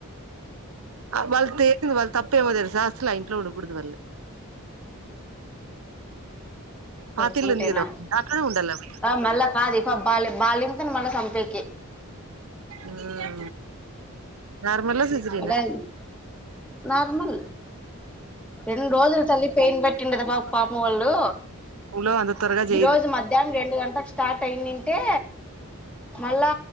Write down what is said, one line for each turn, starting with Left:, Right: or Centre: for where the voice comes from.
Right: వాళ్ళ తె వా తప్ప ఏమో తెల్సా అస్సల్ అ ఇంట్లో ఉండకూడదు వాళ్ళు
Centre: లే
Right: పాతిల్లు
Centre: ఉంటేనా
Right: ఉంది కదా దాంట్లోనే ఉండాలి
Centre: ఆ మళ్ళా కాదు ఇకు బాల్య బాలిం మల సంపే
Right: ఆ నార్మల్ ఆ సిజేరిన్
Centre: అదే
Right: ఆ
Centre: నార్మల్ రెండు రోజులు తల్లి పెయిన్ పెట్టిండద పా పాప వాళ్ళు
Right: లో అంత త్వరగా చేయరు
Centre: ఈ రోజు మధ్యాహ్నం రెండు గంటలకు స్టార్ట్ అయిందింటే మళ్ళా